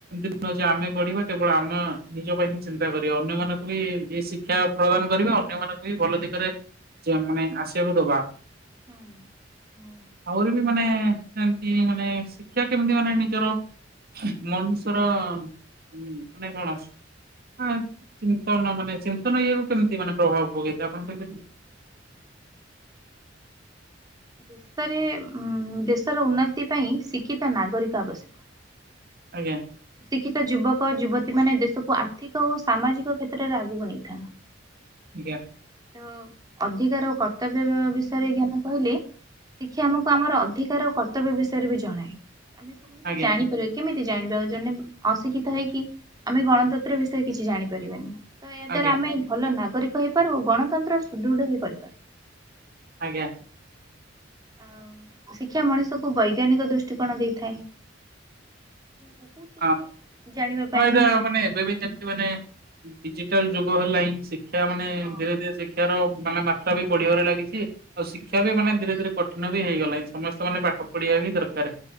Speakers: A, on the right; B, on the right.
A: <inaudible> ଆମେ ଗଢିବା କେବଳ ଆମେ ନିଜ ପାଇଁ ହିଁ ଚିନ୍ତା କର ଅନ୍ୟ ମାନଙ୍କୁ ବି ଇ ଶିକ୍ଷା ପ୍ରଦାନ କରିବା, ଅନ୍ୟ ମାନଙ୍କୁ ବି ଭଲ ଦିଗରେ ଯା ମାନେ ଆସ ୟେ କୁ ଦବା
B: ହଁ ନିହାତି।
A: ଆହୁରି ବି ମାନେ ଏମତି ହିଁ ମାନେ ଶିକ୍ଷା କେମିତି ମାନେ ନିଜର? ମନିଷର, ମାନେକଣ ଆସ ହଁ ଚିନ୍ତନ, ମାନେ ଚିନ୍ତନ ଇଏକୁ କେମିତି ମାନେ ପ୍ରଭାବ ପକେଇଥା, ଆପଣ କିହି ପାରିବେ?
B: <inaudible> ଦେଶରେ ଉମ ଦେଶର ଉନ୍ନତି ପାଇଁ ଶିକ୍ଷିତ ନାଗରିକ ଆବଶ୍ୟକ
A: ଆଜ୍ଞା
B: ସି କି <unintelligible> ସେ ଯୁବକ ଯୁବତୀ ମାନ ଦେଶକୁ ଆର୍ଥିକ ଓ ସାମାଜିକ କ୍ଷେତ୍ରରେ ଆଗକୁ ନେଇଥାନ୍ତି।
A: ଆଜ୍ଞା।
B: ଓ ଅଧିକାର ଓ କର୍ତ୍ତବ୍ୟ-ବ୍ୟ ବିଷୟରେ ଜ୍ଞାନ କହିଲେ ଶିକ୍ଷା ଆମକୁ ଆମର ଅଧିକାର କର୍ତ୍ତବ୍ୟ ବିଷୟରେ ବି ଜଣାଏ, ଆମେ ସବୁ କିଛି
A: ଆଜ୍ଞା
B: ଜାଣିପାରିବା, କେମିତି? ଜାଣିବା ଔଜନେମ୍ ଅଶିକ୍ଷିତ ହେଇକି ଆମେ ଗଣତନ୍ତ୍ର ବିଷୟରେ କିଛି ଜାଣିପାରିବାନି। ତ ଏହା
A: ଆଜ୍ଞା
B: ଦ୍ଵାରା ଆମେ ଭଲ ନାଗରିକ ହେଇପାରୁ ଓ ଗଣତନ୍ତ୍ର ସୁଦୃଢ ବି କରିପାରୁ।
A: ଆଜ୍ଞା।
B: ଅ ଶିକ୍ଷା ମଣିଷକୁ ବୈଜ୍ଞାନିକ ଦୃଷ୍ଟିକୋଣ ଦେଇଥାଏ ବହୁତ କିଛି
A: ହଁ <inaudible>
B: ଜାଣିବା ପାଇଁ
A: ହଁ ଏଇଟା
B: ବି
A: ମାନେ ଏବେ ବି ଯେମିତି ମାନେ ଡିଜିଟାଲ ଯୁଗ ହେଲାଣିିଁ ଶିକ୍ଷା ମାନେ
B: ହଁ
A: ଧୀରେ ଧୀରେ ଶିକ୍ଷାର ମାନେ ମାତ୍ରା ବି ବଢିବାରେ ଲାଗିଛି ଆଉ ଶିକ୍ଷା ବି ମାନେ ଧୀରେ ଧୀରେ କଠିନ ବି ହେଇଗଲାଣି ସମସ୍ତେ ମାନେ ପାଠ ପଢିବା ବି ଦରକାର